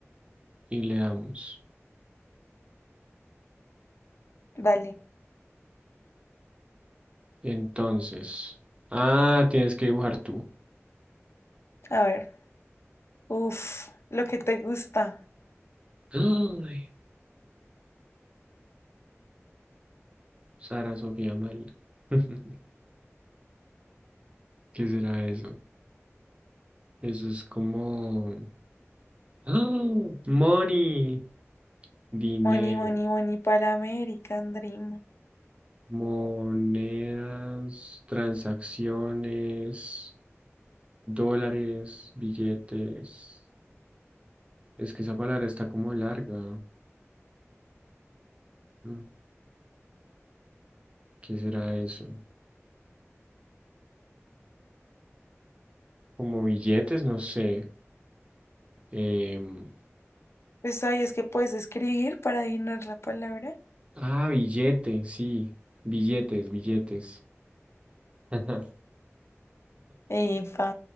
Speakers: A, on the right; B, on the left.
A: y le damos.
B: Dale,
A: Entonces, ah, tienes que dibujar tú.
B: a ver. Uf, lo que te gusta.
A: Ay, Sara Sofía María. <laughs> ¿Qué será eso? Eso es como... ¡Ah! Money, dinero.
B: Money, money, money para American Dream.
A: Monedas, transacciones, dólares, billetes. Es que esa palabra está como larga. Mm, ¿Qué será eso? Como billetes, no sé. Em,
B: Pues sabías que puedes escribir para adivinar la palabra.
A: ah, billete, sí. Billetes, billetes. <laughs>
B: Epa,